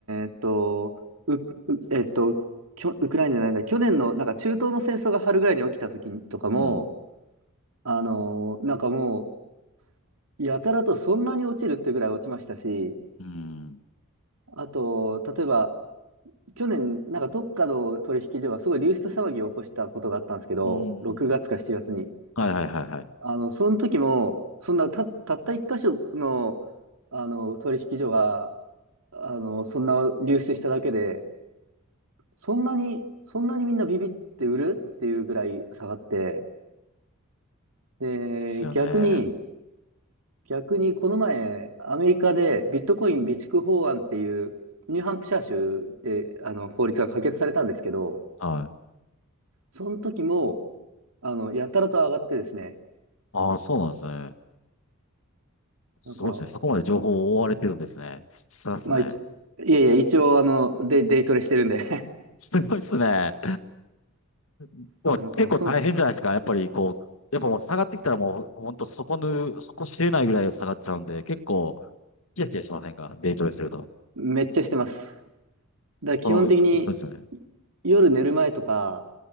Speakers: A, on the right; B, on the left.
A: ーっと、う、うえーっと、きょ、ウクライナじゃないんだ、去年のなんか中東の戦争が春ぐらいに起きたときとかも、
B: うん。
A: あのーなんかもう、やたらとそんなに落ちるってぐらい落ちましたし、
B: うん。
A: あと、例えば、去年、なんかどっかの取引所がすごい流出騒ぎを起こしたことがあったんですけど、
B: うん。
A: 6月か7月に。
B: はいはいはいはい。
A: あの、その時も、そんなた、たった一箇所の、あの、取引所が、あの、そんな流出しただけで、そんなに、そんなにみんなビビって売るっていうぐらい下がって、で、
B: ですよね。
A: 逆に、逆にこの前、アメリカでビットコイン備蓄法案っていう、ニューハンプシャー州で、あの、法律が可決されたんですけど、
B: はい。
A: その時も、あの、やたらと上がってですね、
B: ああ、そうなんですね。すごいですね。
A: なんか、
B: そこまで情報を追われてるんですね。さすごいですね。
A: まあ、一いやいや、一応、あの、デイ、デイトレしてるんで <laughs>
B: すごいですね。でも結構大変じゃないですか。
A: いや、なんか、そん、
B: やっぱりこう、やっぱもう下がってきたらもう本当そこぬ、そこ知れないぐらい下がっちゃうんで、結構、キヤキヤしませんかデイトレすると。
A: めっちゃしてます。だから基本的に、
B: この、そうですよね。
A: 夜寝る前とか、